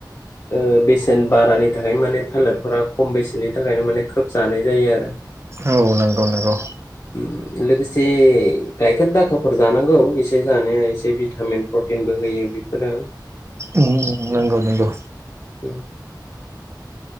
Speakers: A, on the left; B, on the right.
A: ओ बेसेन बारानि थाखायनो माने थालिरफोरा खम बेसेननि थाखायनो माने खोब जानाय जायो आरो।
B: औ नोंगौ नोंगौ।
A: उम लोगोसे गायखेर दाखाफोर जानांगौ एसे जानाया एसे भिटामिन प्रटिनबो होयो बेफोरो
B: उम नोंगौ नोंगौ।
A: उम